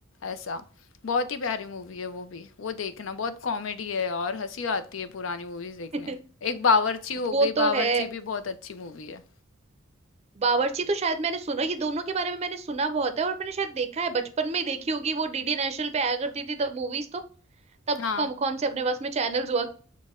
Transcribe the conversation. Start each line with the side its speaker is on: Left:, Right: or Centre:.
Left: ऐसा बहुत ही प्यारी मूवी है वो भी वो देखना बहुत कॉमेडी है और हंसी आती है पुरानी मूवीज देखने
Right: <laughs>
Left: एक बावर्ची हो
Right: वो
Left: गई
Right: तो
Left: बावर्ची
Right: है
Left: भी बहुत अच्छी मूवी है
Right: बावर्ची तो शायद मैंने सुना ये दोनों के बारे में मैंने सुना बहुत है और मैंने शायद देखा है बचपन में ही देखी होगी वो डीडी नेशनल पे आया करती थी तब मूवीज तो तब
Left: हाँ
Right: कौन कौन से अपने पास में चैनल्स हुआ